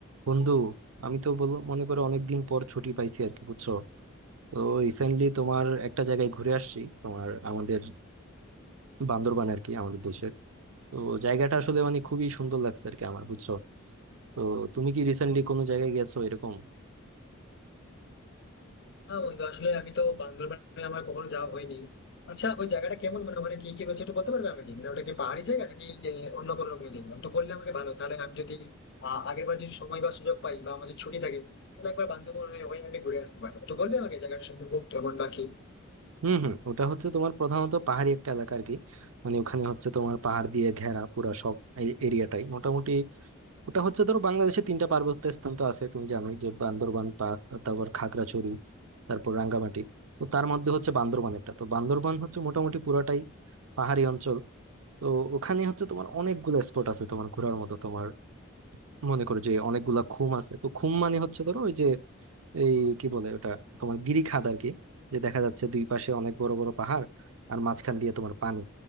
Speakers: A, on the right; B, on the left.
A: বন্ধু আমি তো বল মনে করো অনেকদিন পর ছুটি পাইছি আর কি বুঝছো তো রিসেন্টলি তোমার একটা জায়গায় ঘুরে আসছি তোমার আমাদের বান্দরবান আর কি আমাদের দেশের তো জায়গাটা আসলে মানে খুবই সুন্দর লাগছে আর কি আমার বুঝছো তো তুমি কি রিসেন্টলি কোনো জায়গায় গেছো এরকম
B: না বন্ধু আসলে আমি তো বান্দরবানে আমার কখনো যাওয়া হয়নি আচ্ছা ওই জায়গাটা কেমন মানে ওখানে কি কি রয়েছে একটু বলতে পারবে আমাকে মানে ওটা কি পাহাড়ি জায়গা নাকি আহ, অন্য কোনো রকমের জায়গা একটু বললে আমাকে ভালো তাহলে আমি যদি আহ আগের বার যদি সময় বা সুযোগ পাই বা আমাদের ছুটি থাকে তাহলে একবার বান্দরবন হয়ে হয়ে আমি ঘুরে আসতে পারি তো বলবে আমাকে জায়গাটা সম্পর্কে কেমন বা কি
A: হুম হুম ওটা হচ্ছে তোমার প্রধানত পাহাড়ি একটা এলাকা আর কি মানে ওখানে হচ্ছে তোমার পাহাড় দিয়ে ঘেরা পুরা সব এরিয়াটাই মোটামুটি ওটা হচ্ছে ধরো বাংলাদেশে তিনটা পার্বত্য স্থান তো আছে তুমি জানোই যে বান্দরবান পা- তারপর খাগড়াছড়ি তারপর রাঙ্গামাটি তো তার মধ্যে হচ্ছে বান্দরবান একটা তো বান্দরবান হচ্ছে মোটামুটি পুরাটাই পাহাড়ি অঞ্চল তো ওখানে হচ্ছে তোমার অনেকগুলা স্পট আছে তোমার ঘোরার মতো তোমার মনে করো যে অনেকগুলা খুম আছে তো খুম মানে হচ্ছে ধরো ওই যে এই কি বলে ওটা তোমার গিরি খাদ আর কি যে দেখা যাচ্ছে দুই পাশে অনেক বড় বড় পাহাড় আর মাঝখান দিয়ে তোমার পানি